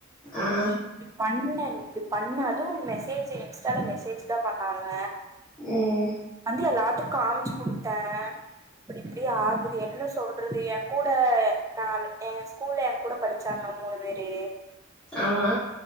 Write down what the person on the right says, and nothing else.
நீ இப்டி பண்ண இப்டி பண்ண அதுவு மெசேஜ் இன்ஸ்டால மெசேஜ் தா பண்ணாங்க
வந்தியா லா பத்து காமிச்சு குடுத்த அப்டி இப்டி ஆகுது என்ன சொல்றது ஏ கூட நா ஏ ஸ்கூல்ல ஏ கூட படிச்சாங்க மூணு வேறு